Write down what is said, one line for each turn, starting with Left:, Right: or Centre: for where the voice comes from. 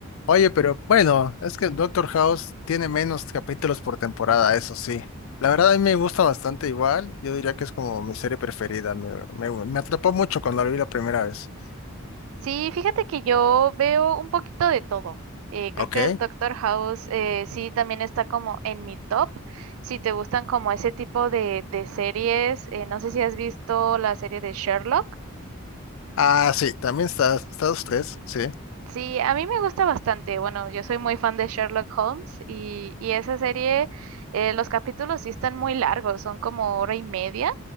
Left: Oye, pero bueno, es que Doctor House tiene menos capítulos por temporada, eso sí. La verdad a mí me gusta bastante igual, yo diría que es como mi serie preferida, me, me- me atrapó mucho cuando la vi la primera vez.
Right: Sí, fíjate que yo veo un poquito de todo. Eh, creo
Left: ¿Ok?
Right: que Doctor House eh, sí también está como en mi top. Si te gustan como ese tipo de, de series, eh, no sé si has visto la serie de Sherlock.
Left: Ah, sí, también está, está usted, sí.
Right: Sí, a mí me gusta bastante. Bueno, yo soy muy fan de Sherlock Holmes y, y esa serie, eh, los capítulos sí están muy largos, son como hora y media.